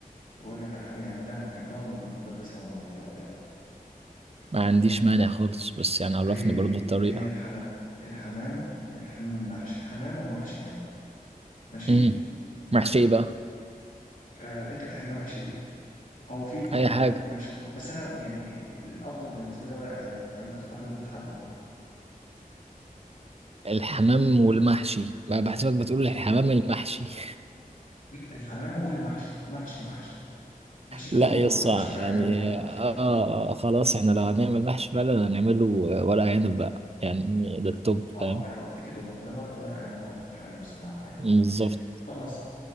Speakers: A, on the left; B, on the right.
A: واقول لك على حاجة نعملها انا بحبها ونبقى نتغدى سوا النهاردة
B: ما عنديش مانع خالص بس يعني عرفني
A: هي ايه
B: برضو الطريقة
A: هي الحمام الحمام الحمام المحشي حمام ومحشي يعني ماشي
B: امم محشي إيه بقى
A: آه انت بتحب محشي ايه هو في كلها
B: اي حاجة
A: ممكن محشي كرنب بس انا يعني الافضل بالنسبه لي ورق العنب فانت اختار اللي انت حابه برضه
B: الحمام والمحشي بقى بحسبك بتقول
A: مم.
B: الحمام المحشي <laughs>
A: الحمام والمحشي محشي محشي محشي كرنب
B: لا يصع
A: ولا محشي ورق
B: يعني
A: عنب ولا محشي
B: آه,
A: كده
B: آه, اه خلاص احنا لو هنعمل محشي فعلا هنعمله ورق عنب بقى يعني ده التوب
A: اه
B: فاهم
A: ما انا قلت كده برضه انا قلت ورق عنب افضل حاجه بصراحه يعني
B: بالظبط
A: خلاص